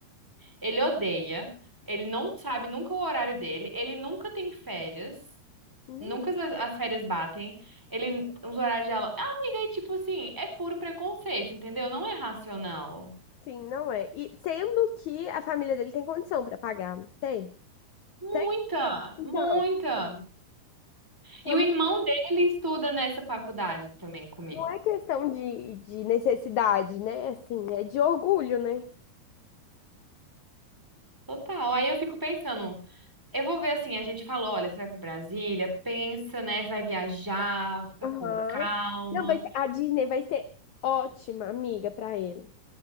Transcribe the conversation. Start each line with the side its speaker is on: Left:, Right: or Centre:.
Centre: Ele odeia. Ele não sabe nunca o horário dele, ele nunca tem férias.
Left: Não,
Centre: Nunca as, as férias batem. Ele, os horários dela. Ah, amiga, é tipo assim, é puro preconceito, entendeu? Não é racional.
Left: Sim, não é. E sendo que a família dele tem condição para pagar, não tem?
Centre: Muita,
Left: Tem? Então,
Centre: muita. E
Left: então,
Centre: o irmão dele estuda nessa faculdade também comigo.
Left: não é questão de, de necessidade, né? Assim, é de orgulho, né?
Centre: Total. Aí eu fico pensando, eu vou ver assim, a gente falou, olha, você vai pra Brasília, pensa, né, vai viajar, fica
Left: Aham.
Centre: com calma.
Left: Não, vai ser, a Disney vai ser ótima amiga para ele.